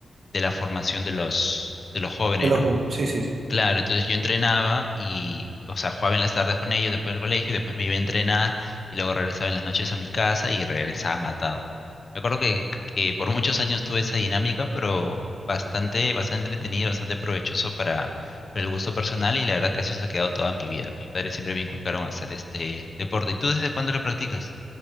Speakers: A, on the left; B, on the right.
A: de la formación de los, de los jóvenes,
B: De los,
A: ¿no?
B: ju- sí, sí, sí.
A: Claro, entonces yo entrenaba y, o sea, jugaba en las tardes con ellos después del colegio, después me iba a entrenar y luego regresaba en las noches a mi casa y regresaba matado. Me acuerdo que, que por muchos años tuve esa dinámica, pero bastante, bastante entretenido, bastante provechoso para, para el gusto personal y la verdad que eso se ha quedado toda mi vida. Mis padres siempre me inculcaron a hacer este deporte. ¿Y tú desde cuándo lo practicas?